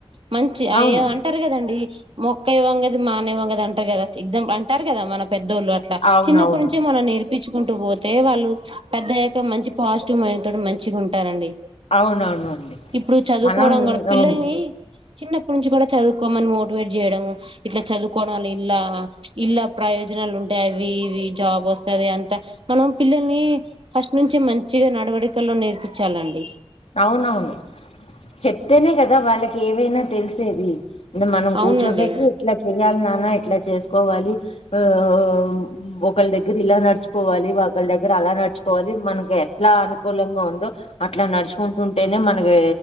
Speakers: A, on the right; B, on the left.
A: మంచి అ
B: అవును.
A: ఎంఅంటారు కదండి మొక్క ఇవ్వంగ అది మాన ఇవ్వంగ అది అంటారు కదా ఎగ్జాల్ అంటారు కదా మన పెద్దోళ్ళు అ
B: అవునవును.
A: చిన్నప్పటి నుంచి మనం నేర్పించు తీకుంటూ పోతే వాళ్ళు పెద్ద యొక్క మంచి పాజిటివ్ మైండ్ తో మంచిగా ఉంటారండి
B: అవునవును అండి
A: ఇప్పుడు చదువుకోవడం
B: మనం
A: కూడా పిల్లల్ని
B: అవును
A: చిన్నప్పటి నుంచి కూడా చదువుకోమని మోటివేట్ చేయడము ఇట్లా చదువుకోవడం వల్ల ఇల్లా ఇల్లా ప్రయోజనాలు ఉంటాయి ట్యావి అ ఇవి జాబ్ వస్తుంది అంత మనం పిల్లల్ని ఫస్ట్ నుంచి మంచిగా నడబడి సల్లో నేర్పించాలండి
B: అవునవును చెప్తేనే కదా వాళ్ళకి ఏవైనా తెలిసేది అంటే మనం కూర్చోపెట్టి
A: అవునండి
B: ఇట్లా చెయ్యాలి గా ఆ ఇట్లా చేసుకోవాలి ఆ ఓ ఒకళ దగ్గర ఇలా నడుచుకోవాలి వాళ దగ్గర అలా నడుచుకోవాలి మనకి ఎట్లా అనుకూలంగా ఉందో అట్లా నడుచూ ఫంట్ ట్ అంటేనే మనకి